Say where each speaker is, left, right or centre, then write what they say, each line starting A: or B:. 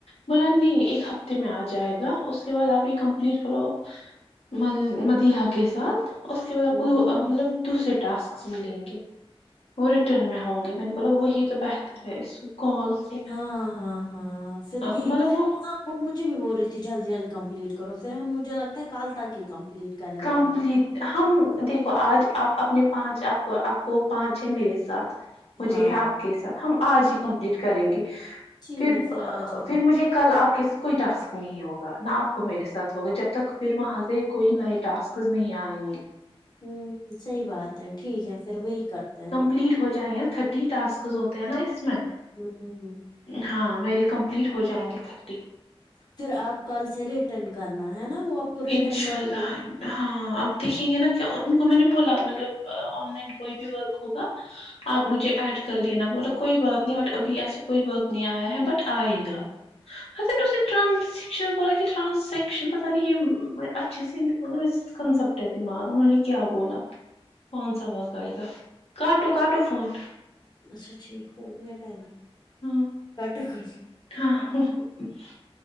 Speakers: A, on the left; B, on the left.
A: بولا نہیں ایک ہفتے میں آ جائے گا اس کے بعد آپ یہ کمپلیٹ کرو م مدیا کے ساتھ اس کے بعد
B: ہوں
A: آپ
B: ہوں
A: مطلب دوسرے ٹاسکس میںلیں گے وہ ریٹرن میں ہوں گی میں نے بولا وہی تو بہتر ہے اس کال سے
B: ہاں ہاں ہاں سر
A: آ،
B: کہ
A: مطلب وہ
B: وہ مجھے بھی بول رہی تھی جلد جلد کمپلیٹ کرو پھر ہم مجھے لگتا ہے کل تک ہی کمپلیٹ کریں
A: کمپلیٹ
B: گے
A: ہم دیکھو آج آپ اپنے پانچ آپ کو آپ کو پانچ ہے میرے ساتھ مجھے
B: ہاں
A: ہے آپ کے ساتھ ہم آج ہی کمپلیٹ کریں گے
B: ٹھیک
A: پھر
B: ہے آج ہی
A: پھر
B: کمپلیٹ
A: مجھے کل آپ کے ساتھ کوئی ٹسک نہیں ہوگا نہ آپ کو میرے ساتھ ہوگا جب تک پھر وہاں سے کوئی ن ٹسکس نہیں آئے
B: ہوں صحیح بات ہے ٹھیک ہے پھر وہی کرتے ہیں
A: لیٹ ہو جائیں گے تھرٹی ٹسک ہوتے ہیں نا اس میں
B: ہوں ہوں ہوں
A: ہاں میری کمپلیٹ ہو جائیں گے تھرٹی
B: پھر آپ کل سے ریٹرن کرنا ہے نا وہ آپ کو ریٹرن
A: انشاء
B: وا
A: اللہ
B: گئی
A: ہاں اب دیکھیں گے نا کہ ان کو میں نے بولا مطلب آن لائن کوئی بھی ورک ہوگا آپ مجھے ایڈ کر لینا بولا کوئی بات نہیں بٹ ابھی ایسا کوئی وقت نہیں آیا ہے بٹ آئے گا پ نہیں ٹرانزشن بوول کہ ٹرانزشن پتا نہیں یہ اچھی س کنسپٹ ہے دماغ ان نے کیا بولا پانچ سو واگ آائے گا کاٹو کٹو فونٹ
B: اچھا ٹھیک ہووں گییا ٹائم
A: ہاں
B: کٹ کٹ
A: ہاں